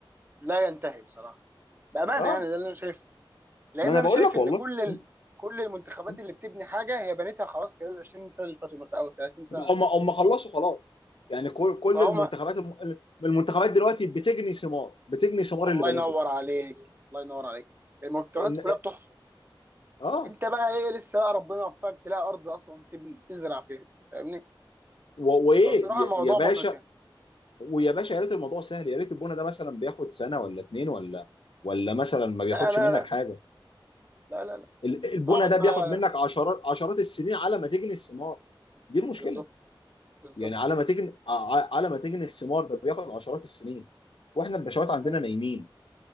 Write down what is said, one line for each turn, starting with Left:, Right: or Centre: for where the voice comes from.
Right: لا ينتهي بصراحة بأمانة
Left: اه
Right: يعني ده اللي أنا شايفه لأن
Left: ما انا
Right: أنا
Left: بقول
Right: شايف
Left: لك
Right: إن
Left: والله
Right: كل ال...
Left: مم.
Right: كل المنتخبات
Left: مم.
Right: اللي بتبني حاجة هي بنيتها خلاص خلال ال 20 سنة اللي فاتوا مثلا أو 30 سنة
Left: لا
Right: اللي فاتوا
Left: هم هم خلصوا خلاص يعني كل كل
Right: فهم
Left: المنتخبات الم... المنتخبات دلوقتي بتجني ثمار بتجني ثمار
Right: الله
Left: اللي بنته
Right: ينور عليك الله ينور عليك المنتخبات
Left: إن...
Right: كلها بتحصد
Left: اه
Right: أنت بقى إيه لسه بقى ربنا يوفقك تلاقي أرض أصلا تبني تزرع فيها فاهمني
Left: و... وايه
Right: فبصراحة
Left: يا
Right: الموضوع
Left: يا باشا
Right: محبط يعني
Left: ويا باشا يا ريت الموضوع سهل يا ريت البونه ده مثلا بياخد سنه ولا اتنين ولا ولا مثلا ما
Right: لا
Left: بياخدش
Right: لا
Left: منك حاجه
Right: لا لا لا
Left: ال- البونه
Right: اقعد
Left: ده
Right: بقى
Left: بياخد منك عشرات عشرات السنين على ما تجني الثمار دي المشكله
Right: بالظبط بالظبط
Left: يعني على ما تجني ع- على ما تجني الثمار ده بياخد عشرات السنين واحنا البشوات عندنا
Right: آه،
Left: نايمين